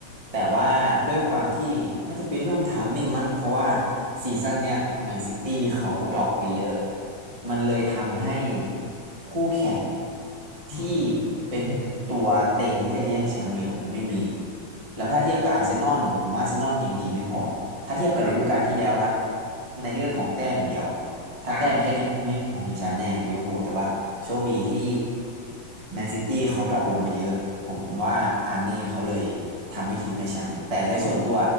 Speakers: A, on the right (about 65°); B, on the left (about 15°).
A: แต่ว่าด้วยความที่น่าจะเป็นเรื่องไทามมิ่งมั้งเพราะว่าซีซั่นเนี่ยแมนซิตี้เขาดรอปไปเยอะมันเลยทำให้คู่แข่ง
B: อืม
A: ที่เป็นตัวเต็งที่จะแย่งแชมป์เลยอะมันไม่มีแล้วถ้าเทียบกับอาร์เซนอลผมว่าอาร์เซนอลยังดีไม่พอถ้าเทียบกับฤดูกาลที่แล้วนะ
B: อ่า
A: ในเรื่องของแต้มอย่างเดียวอะ ถ้าแต้มแค่เนี่ยไม่มีทางเป็นแชมป์แน่ลิเวอร์พูลแต่ว่าโชคดีที่
B: อ่า
A: แมนซิตี้เขาดรอปลงไปเยอะผมว่าอาร์เน่เขาเลยทำให้ทีมได้แชมป์แต่ในส่วนตัว